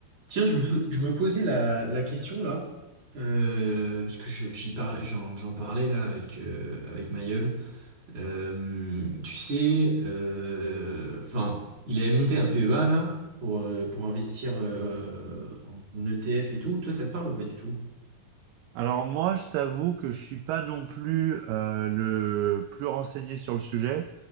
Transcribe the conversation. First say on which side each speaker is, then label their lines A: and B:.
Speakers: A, on the right; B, on the right.
A: Tiens, je me, fais- je me posais la, la question là, euh, parce que je- j'y parlais, j'en, j'en parlais là avec, euh, avec ma Euh, tu sais, euh, enfin, il avait monté un PEA là pour, euh, pour investir euh, en en ETF et tout. Toi, ça te parle ou pas du tout?
B: Alors moi, je t'avoue que je suis pas non plus euh, le plus renseigné sur le sujet,